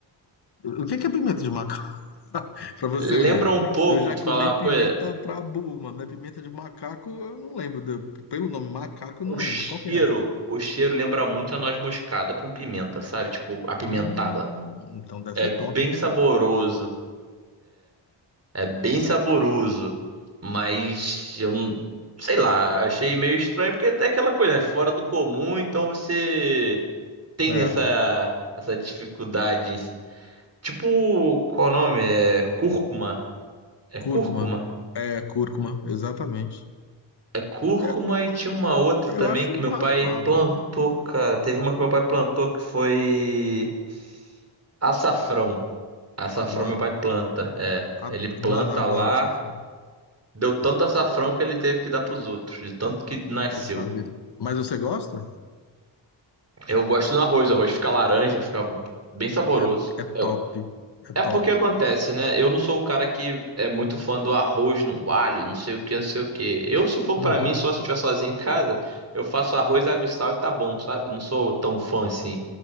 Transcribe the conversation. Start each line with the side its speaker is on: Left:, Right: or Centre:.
Left: O que que é pimenta de macaco? <laughs> Pra você
Right: Lembra
Left: ver.
Right: um pouco,
Left: Eu já
Right: te
Left: comi
Right: falar uma
Left: pimenta
Right: coisa,
Left: pra burro, mas pimenta de macaco eu não lembro. de- Pelo nome macaco eu
Right: o
Left: não
Right: cheiro,
Left: lembro. Qual que é essa?
Right: o cheiro lembra muito a noz moscada com pimenta, sabe? Tipo, apimentada.
Left: Hum, então deve
Right: É
Left: ser
Right: bem
Left: top, hein?
Right: saboroso, é bem saboroso, mas eu não- sei lá, achei meio estranho porque é aquela coisa, né? Fora do comum, então você tem
Left: É,
Right: essa essa dificuldade em... se- Tipo, qual o nome? É cúrcuma. É
Left: cúrcuma.
Right: cúrcuma?
Left: É, cúrcuma, exatamente.
Right: É cúrcuma
Left: É,
Right: e tinha uma outra
Left: Eu
Right: também
Left: acho
Right: que meu
Left: razoável.
Right: pai plantou, cara. Teve uma que meu pai plantou que foi açafrão. Açafrão
Left: Adoro.
Right: meu pai planta, é.
Left: Ad-
Right: Ele planta
Left: Mano, adoro
Right: lá.
Left: essa filme.
Right: Deu tanto açafrão que ele teve que dar pros outros, de tanto que nasceu.
Left: Poxa vida. Mas você gosta?
Right: Eu gosto do arroz, o arroz fica laranja, fica bem saboroso.
Left: É, é
Right: É,
Left: top. É
Right: É porque
Left: top.
Right: acontece, né? Eu não sou o cara que é muito fã do arroz no alho, não sei o que, não sei o que. Eu, se for
Left: Uhum.
Right: pra mim, só se eu estiver sozinho em casa, eu faço arroz, água e sal e tá bom, sabe? Não sou tão fã assim.